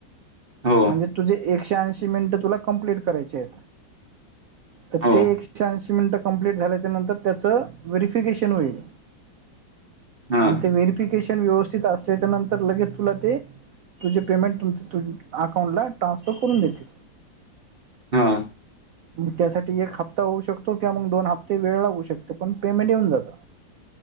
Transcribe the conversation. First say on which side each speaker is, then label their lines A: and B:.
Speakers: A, on the right; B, on the right.
A: हो.
B: हे तुझे एकशे ऐंशी मीनट तुला कम्पलीट करायची आहे, तर
A: हो.
B: ते एकशे ऐंशी मिनट कंम्पलीट झाल्याच्या नंतर त्याच व्हेरीफिकेशन होईल.
A: हां.
B: आणि ते व्हेरिफिकेशन व्यवस्थित असल्याच्या नंतर लगेच तुला ते तुझे पेमेंट तु अकाउंटला ट्रान्सफर करून देतील.
A: हा.
B: मग त्यासाठी एक हप्ता होऊ शकतो किंवा मग दोन हप्ते वेळ लागू शकते पण पेमेंट येऊन जातं.